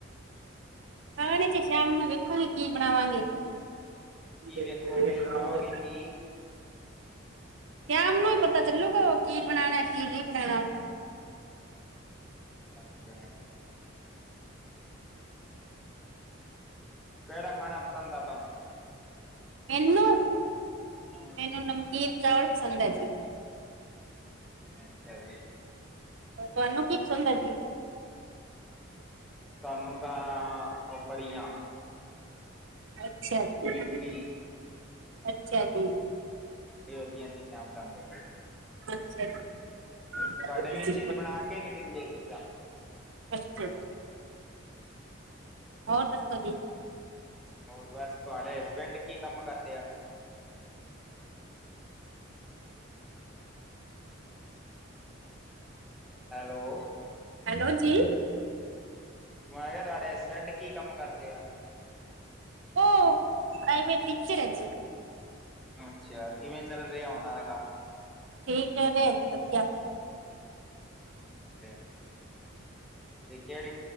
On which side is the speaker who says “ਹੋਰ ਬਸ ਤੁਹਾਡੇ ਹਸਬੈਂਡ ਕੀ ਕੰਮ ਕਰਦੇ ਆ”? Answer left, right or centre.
Centre